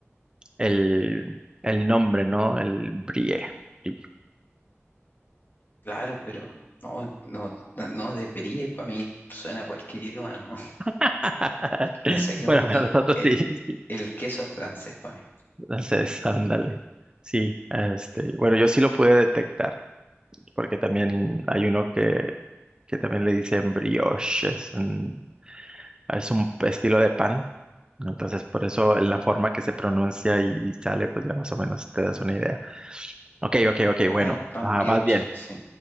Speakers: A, on the right; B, on the left.
A: el, el nombre, ¿no? El brie. brie.
B: claro, pero no, no, no, no, de brie para mí suena a cualquier idioma, no. <laughs>
A: <laughs>
B: La saqué
A: Bueno,
B: porque
A: para nosotros
B: el,
A: sí, sí.
B: el queso es francés para mí.
A: Entonces, ándale. Sí, este, bueno, yo sí lo pude detectar, porque también hay uno que, que también le dicen brioche, es un, es un estilo de pan. Entonces, por eso en la forma que se pronuncia y, y sale, pues ya más o menos te das una idea. Ok, ok, ok,
B: Ah,
A: bueno,
B: el pan
A: ah,
B: brioche,
A: vas bien.
B: sí.